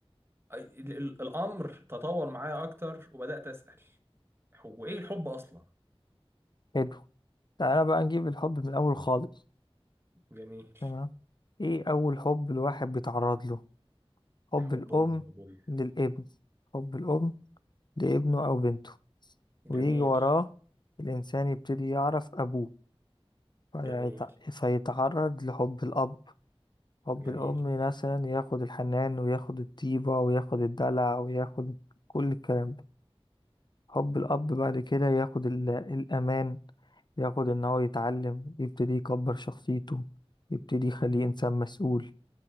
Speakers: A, on the right; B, on the left.
A: أي- ال- ال- الامر تطور معايا اكتر وبدات اسال هو ايه الحب اصلا
B: حلو تعالى بقى نجيب الحب من الأول خالص
A: جميل
B: تمام إيه أول حب الواحد بيتعرض له حب
A: حب
B: الأم
A: امي وابويا
B: للابن حب الأم لابنه أو بنته
A: جميل
B: ويجي وراه الإنسان يبتدي يعرف أبوه فيتع-
A: جميل
B: فيتعرض لحب الأب حب
A: جميل
B: الأم مثلا ياخد الحنان وياخد الطيبة وياخد الدلع وياخد كل الكلام ده حب الأب بعد كده ياخد ال- الأمان ياخد إن هو يتعلم يبتدي يكبر شخصيته يبتدي يخليه إنسان مسؤول